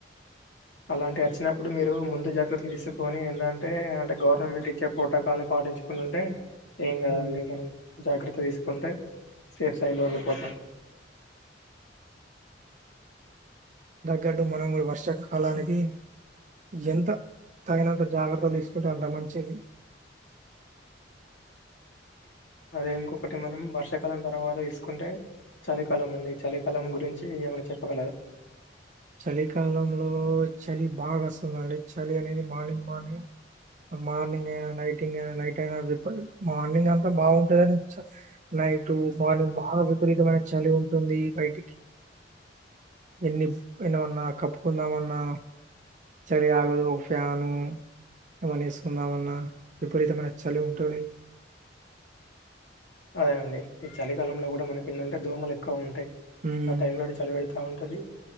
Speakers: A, on the left; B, on the right.
A: అలాంటి యాచ్చినప్పుడు. మీరు ముందు జాగ్రత్తలు తీసుకొని, ఏంధంటే అంటే గవర్నమెంట్ ఇచ్చే ప్రోటోకాల్నీ పాటించ్ చెకునింటే ఏం కాదండి.
B: ఉమ్,
A: మనం జాగ్రత్త తీసుకుంటే సేఫ్ స్థైలో ఉండిపోతాం.
B: గడ్డు మనం గూడా వర్షాకాలానికి ఎంత తగినంత జాగ్రత్తలు తీసుకుంటే. అంత మంచిది
A: అదే ఇంకొకటి మనం, వర్షాకాలం తర్వాత తీసుకుంటే. చలికాలం అండి. ఈ చలికాలం గురించి ఏమన్నా చెప్పగలరా?
B: చలికాలంలో చలి బాగా వస్తుందండి. చలి అనేది మార్నింగ్ మార్నింగ్ మార్నింగ్ అయినా, నైటింగ్ ఐన, నైట్ అయినా రిపల్ మార్నింగ్ అంతా బావుంటదని. చ నైటు, మార్నింగ్ బాగా విపరీతమైన చలి ఉంటుంది. బయటికి ఎన్ని ఏనవన్నా, కప్పుకుందామన్నా. చలి ఆగదు ఒక ఫ్యాను ఏమన్న వేసుకుందామన్నా. విపరీతమైన చలి ఉంటది.
A: అదే అండి. ఈ చలికాలంలో గూడా మనకి ఏందంటే. దోమలు ఎక్కువ ఉంటాయి.
B: ఉమ్
A: ఆ టైం లో చలి పెడుత్ త ఉంటది.